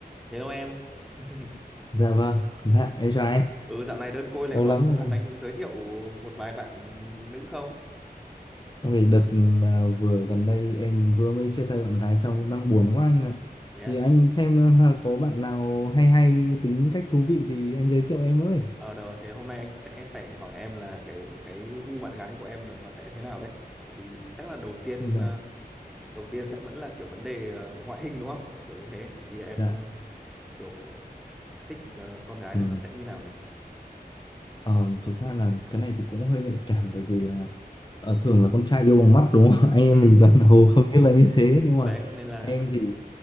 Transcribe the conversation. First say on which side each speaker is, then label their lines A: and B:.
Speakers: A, in the centre; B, on the left.
A: Hello em. <laughs>
B: Dạ vâng, dạ em chào anh,
A: Ừ dạo này đơn côi lẻ
B: lâu
A: bóng
B: lắm
A: có cần
B: rồi.
A: anh giới thiệu một vài bạn nữ không?
B: Vì đợt à, vừa gần đây em vừa mới chia tay bạn gái xong cũng đang buồn quá anh ạ.
A: Yeah.
B: Thì anh xem à, có bạn nào hay hay tính cách thú vị thì anh giới thiệu em ơi.
A: Ờ được rồi, thế hôm nay anh sẽ phải hỏi em là cái cái gu bạn gái của em là nó sẽ thế nào đấy. Thì chắc là đầu tiên
B: Dạ,
A: ờ, đầu tiên sẽ vẫn là kiểu vấn đề ờ, ngoại hình đúng không? Kiểu như thế thì em
B: dạ.
A: ờ, kiểu thích ờ, con gái
B: Ừ.
A: này nó sẽ như nào nào?
B: Ờ, thực ra là cái này thì cũng hơi nhạy cảm tại vì là ờ, thường là con trai yêu bằng mắt đúng không? <laughs> Anh em
A: Ừ,
B: mình toàn hầu không như là như thế nhưng mà
A: đấy nên là
B: em thì